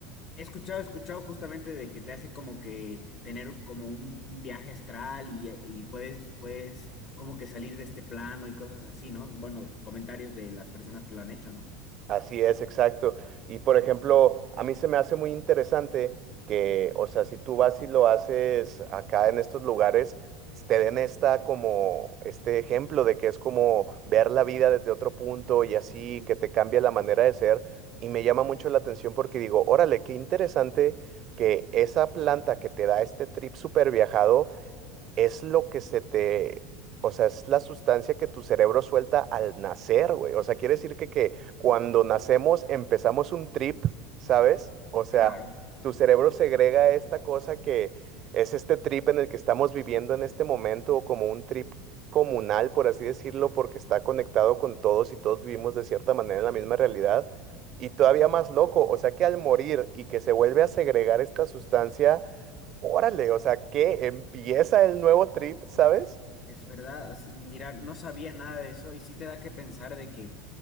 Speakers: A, on the left; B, on the right.
A: He escuchado, he escuchado justamente de que te hace como que tener como un, un viaje astral y, y puedes, puedes como que salir de este plano y cosas así, ¿no? Bueno, comentarios de las personas que lo han hecho, ¿no?
B: Así es, exacto. Y por ejemplo, a mí se me hace muy interesante que, o sea, si tú vas y lo haces acá en estos lugares, te den esta como este ejemplo de que es como ver la vida desde otro punto y así que te cambia la manera de ser. Y me llama mucho la atención porque digo, órale, qué interesante que esa planta que te da este trip súper viajado es lo que se te, o sea, es la sustancia que tu cerebro suelta al nacer, güey. O sea, quiere decir que, que cuando nacemos empezamos un trip, ¿sabes? O sea,
A: Claro,
B: tu cerebro segrega esta cosa que es este trip en el que estamos viviendo en este momento, o como un trip comunal, por así decirlo, porque está conectado con todos y todos vivimos de cierta manera en la misma realidad. Y todavía más loco, o sea que al morir y que se vuelve a segregar esta sustancia, Órale, o sea, que empieza el nuevo trip, ¿sabes?
A: es verdad. es- Mira, no sabía nada de eso y sí te da que pensar de que